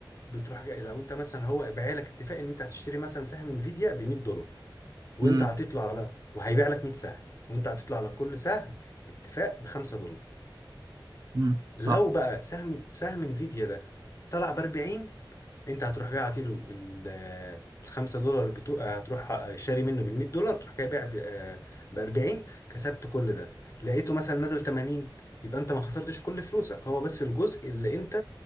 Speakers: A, on the left; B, on the right.
A: بتروح جاي لو انت مثلا هو بايع لك اتفاق ان انت هتشتري مثلا سهم انفيديا ب 100 دولار وانت
B: امم
A: هتطلع على وهيبيع لك 100 سهم وانت هتطلع على كل سهم اتفاق ب 5 دولار
B: امم
A: لو
B: صح
A: بقى سهم سهم انفيديا ده طلع ب 40 انت هتروح جاي عاطيله ال 5 دولار بتوع هتروح آه، شاري منه بال 100 دولار تروح جاي بايع ب 40 كسبت كل ده لقيته مثلا نزل 80 يبقى انت ما خسرتش كل فلوسك هو بس الجزء اللي انت